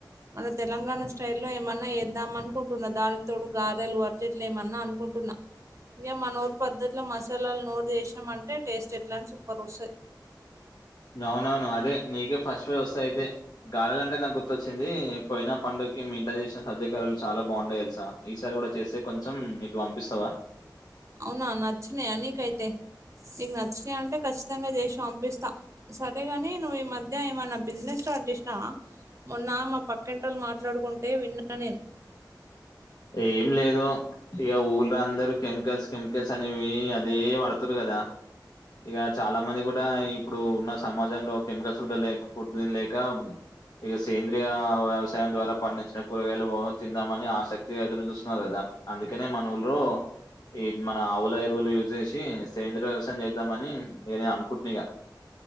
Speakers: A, on the right (about 40°); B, on the left (about 60°).
A: మన తెలంగాణ స్టైలో ఏమన్నా చేద్దాం అనుకుంటున్న దానికి తోడు గారెలు అట్టి ఇట్లేమన్నా అనుకుంటున్నా ఇగ మన ఊరు పద్ధతిలో మసాలాలు నోరు చేసినమంటే టేస్ట్ ఎట్లా అని సూపర్ వస్తాయ్
B: అవునవును అదే నీకే ఫస్ట్ ప్రైజ్ వస్తాది అయితే గారాలంటే నాకు గుర్తొచ్చింది పోయిన పండుగకి మీ ఇంట్లో చేసిన సజ్జ గారేలు చాలా బాగుండే తెలుసా ఈసారి కూడా చేస్తే కొంచెం ఇటు పంపిస్తావా
A: అవునా నచ్చినాయా నీకైతే నీకు నచ్చినాయి అంటే ఖచ్చితంగా చేసి పంపిస్తా సరేగాని నువ్వు ఈ మధ్య ఏమైనా బిజినెస్ స్టార్ట్ చేసినవా మొన్న మా పక్కింటోలు మాట్లాడుకుంటే విన్నా నేను
B: ఏం లేదు ఇగ ఊర్లా అందరూ కెమికల్స్, కెమికల్స్ అనేవి అదే వాడుతురు గదా ఇగ చాలా మంది కూడా ఇప్పుడు ఉన్న సమాజంలో కెమికల్స్ కూడా లే ఫుడ్ తినలేక ఇగ సేంద్రీయ వ్యవసాయం ద్వారా పండించిన కూరగాయలు ఓ తిందామని ఆసక్తి ఇగ ఎదురు చూస్తున్నారు గదా అందుకనే మన ఊర్లో ఈ మన ఆవుల ఎరువులు యూజ్ చేసి సేంద్రియ వ్యవసాయం చేద్దామని నేనె అనుకుంటున్నా ఇగ